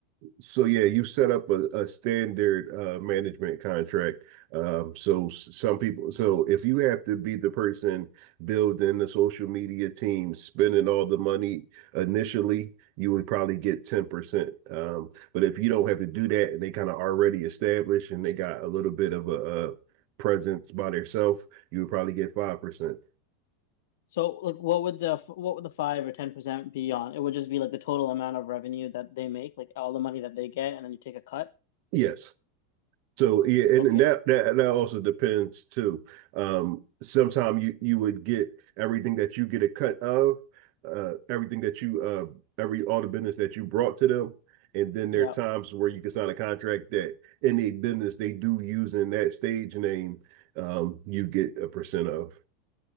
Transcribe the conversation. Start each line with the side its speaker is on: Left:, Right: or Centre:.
Right: So yeah, you set up a, a standard uh, management contract. Um, so s- some people, so if you have to be the person building the social media team, spending all the money initially, you would probably get 10%. Um, but if you don't have to do that and they kind of already established and they got a little bit of a, uh presence by themselves, you would probably get 5%.
Left: So, like, what would the what would the five or ten percent be on? It would just be like the total amount of revenue that they make, like all the money that they get, and then you take a cut.
Right: Yes. So yeah, and,
Left: Okay,
Right: and that, that that also depends too. Um, sometimes you you would get everything that you get a cut of, uh, everything that you uh, every all the business that you brought to them, and then
Left: yeah,
Right: there are times where you can sign a contract that any business they do using that stage name, um, you get a percent of.